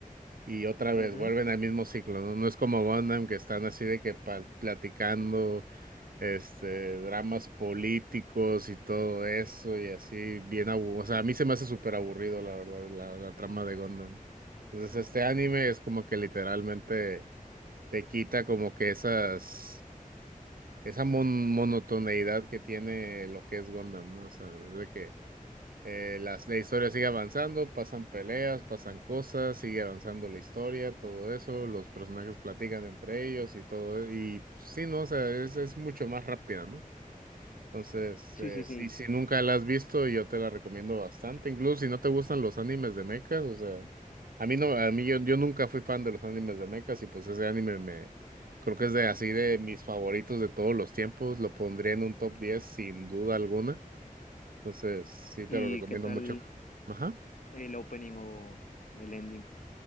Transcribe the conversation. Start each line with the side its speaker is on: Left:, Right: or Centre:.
Right: y otra vez
Left: Ujú.
Right: vuelven al mismo ciclo, ¿no? No es como Gundam que están así de que pa- platicando este, dramas políticos y todo eso, y así, bien aburrido. O sea, a mí se me hace súper aburrido, la verdad, la, la trama de Gundam. Entonces, este anime es como que literalmente te quita como que esas, esa mon- monotoneidad que tiene lo que es Gundam, ¿no? O sea, de que eh, las, la historia sigue avanzando, pasan peleas, pasan cosas, sigue avanzando la historia, todo eso, los personajes platican entre ellos y todo, y pues sí, ¿no? O sea, es, es mucho más rápida, ¿no? Entonces,
Left: Sí,
Right: eh,
Left: sí, sí.
Right: sí, si nunca la has visto, yo te la recomiendo bastante. Incluso si no te gustan los animes de mechas, o sea, a mí no, a mí yo, yo nunca fui fan de los animes de mechas y pues ese anime me, creo que es de así de mis favoritos de todos los tiempos. Lo pondría en un top 10 sin duda alguna. Entonces, sí
Left: ¿Y
Right: te lo recomiendo
Left: qué tal?
Right: mucho. Ajá.
Left: El opening o el ending.